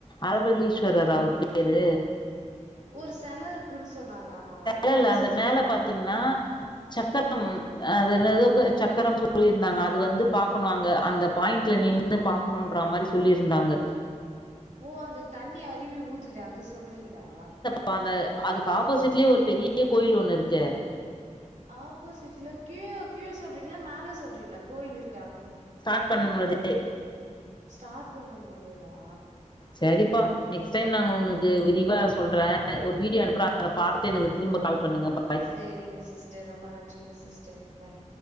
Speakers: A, on the left; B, on the right.
A: அரபலீஸ்வரரா அவரு பேரு
B: ஒரு செல இருக்குன்னு சொன்னாங்க ஆமா
A: மேல
B: அது செ
A: அந்த மேல பாத்தீங்னா சக்கரம்
B: ஆ
A: அ அது என்னதோ சக்கரம் சொல்லிருந்தாங்க அது வந்து பாக்கணு அங்க அந்த பாயிண்ட்ல நின் னு பாக்கணுன்ற மாரி சொல்லிருந்தாங்க
B: ஓ அந்த தண்ணி அருவி ஊத்துதே அங்க சொல்றீங்ளா
A: இப்ப அந்த அதுக்கு ஆப்போசிட்லயே ஒரு பெரிய கோயில் ஒண்ணு இருக்கே
B: ஆப்போசிட்ல கீழ கீழ சொல்றீங்களா மேல சொல்றீங்களா கோயில் இருக்கே அங்க
A: ஸ்டாட் பண்ணும்போதே
B: ஸ்டார்ட் பண்ணும்போதேவா
A: சரிப்பா நெக்ஸ்ட் டைம் நாங்க உனுக்கு விரிவா சொல்ற அ ஒரு வீடியோ அனுப்புறே
B: ஆ
A: அத பாத்துட்டு எனக்கு திரும்ப கால் பண்ணுங்க பா
B: சேரிங்க சிஸ்டர் ரொம்ப நன்றிங்க சிஸ்டர் பாய்